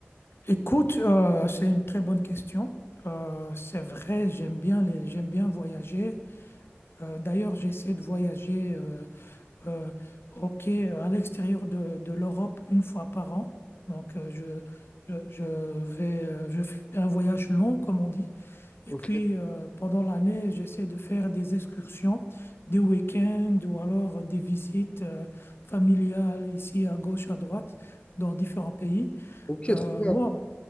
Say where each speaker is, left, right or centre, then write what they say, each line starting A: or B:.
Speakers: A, on the left (about 65°); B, on the left (about 25°).
A: Écoute, euh, c'est une très bonne question. Euh, c'est vrai, j'aime bien les, j'aime bien voyager. Euh, d'ailleurs, j'essaie de voyager euh, euh, ok, à l'extérieur de, de l'Europe une fois par an. Donc, euh, je, je, je vais, euh, je fais un voyage long, comme on dit. Et
B: Ok,
A: puis,
B: ok,
A: euh, pendant l'année, j'essaie de faire des excursions, des week-ends ou alors des visites euh, familiales ici à gauche, à droite, dans différents pays.
B: ok,
A: Euh,
B: trop bien,
A: moi,